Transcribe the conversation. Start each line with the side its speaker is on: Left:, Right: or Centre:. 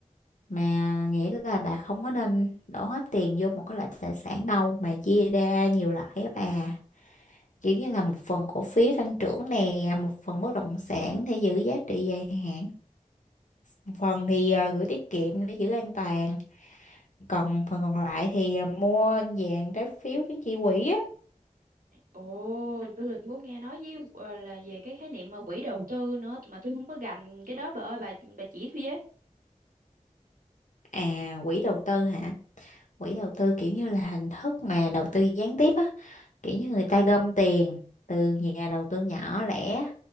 Left: mà nghĩa là bà không có nên đổ hết tiền vô một cái loại tài sản đâu mà chia ra nhiều loại á bà kiểu như là một phần cổ phiếu tăng trưởng nè một phần bất động sản để giữ giá trị dài hạn một phần thì ờ, gửi tiết kiệm để giữ an toàn còn phần còn lại thì ờ, mua vàng trái phiếu chứng chỉ quỹ á
Right: Ồ, tôi là tôi có nghe nói với ờ, là về cái khái niệm mà quỹ đầu tư nữa mà tôi không có gành cái đó bà ơi bà bà chỉ tôi với.
Left: à quỹ đầu tư hả quỹ đầu tư kiểu như là hình thức mà đầu tư gián tiếp á kiểu như người ta gom tiền từ nhà đầu tư nhỏ lẻ